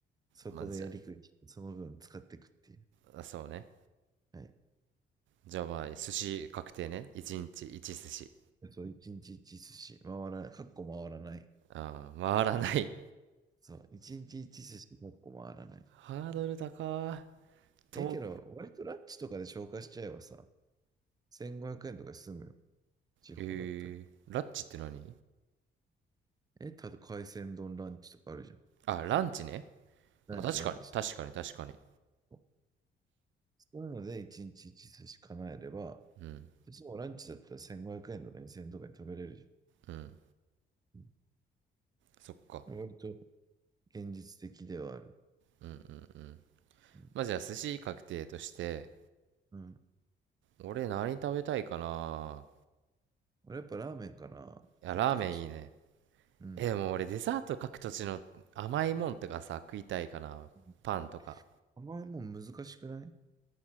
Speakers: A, on the right; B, on the right.
A: そこでやりくりして、
B: まあじゃ
A: その分使っていくっていう。
B: ああそうね
A: はい。
B: じゃあまあ寿司確定ね1日1寿司
A: そう、一日一寿司。回らない、かっこ回らない。
B: ああ回らない
A: そう、一日一寿司100個回らない。
B: ハードル高い。と、
A: ええけど、割とラッチとかで消化しちゃえばさ、1500円とかで済むよ。地方だったら。
B: えー、ラッチって何
A: え、ただ海鮮丼ランチとかあるじゃん。
B: あ、ランチね。
A: ランチランチ。
B: まあ確かに、確かに、確かに。
A: そういうので一日一寿司叶えれば、
B: うん、
A: 私もランチだったら1500円とか2000円とかに食べれるじゃん。
B: うん。
A: う
B: そっか。
A: ん割と現実的ではある。
B: うん、うん、うん。
A: うん。
B: まあ、じゃあ、寿司確定として、
A: うん
B: 俺何食べたいかな。
A: 俺やっぱラーメンかな。
B: いや、
A: 各土地。
B: ラーメンいいね。
A: うん。
B: え、でも俺デザート各土地の甘いもんとかさ、食いたいかな。
A: うん
B: パンとか。
A: あんまりもう難しくない